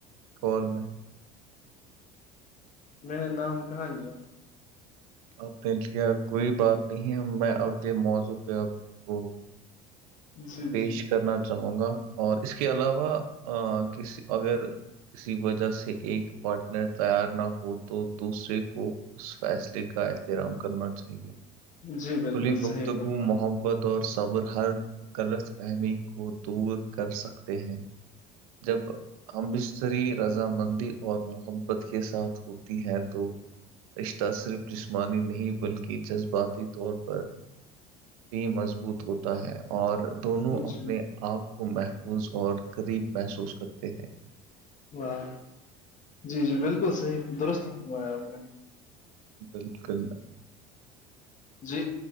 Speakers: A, on the right; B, on the left.
A: کال میں
B: میں نے نام کہاں لیا
A: آپ نے لیا کوئی بات نہیں ہم میں اگلے موضوع پہ آپ کو
B: جی
A: پیش
B: جی
A: کرنا چاہوں گا اور اس کے علاوہ کسی اگر کسی وجہ سے ایک پارٹنر تیار نہ ہو تو دوسرے کو اس فیصلے کا احترام کرنا چاہیے
B: جی بالکل
A: کلی
B: صحیح
A: گفتگو
B: فرمایا
A: محبت اور صبر ہر غلط فہمی کو دور کر سکتے ہیں جب امبستری رضامندی اور محبت کے ساتھ ہوتی ہے تو رشتہ صرف جسمانی نہیں بلکہ جذباتی طور پر بھی مضبوط ہوتا ہے اور دونوں اپنے
B: جی
A: آپ کو محفوظ اور قریب محسوس کرتے ہیں
B: واں جی جی بالکل صحیح درست فمایا آپ نے
A: بالکل
B: جی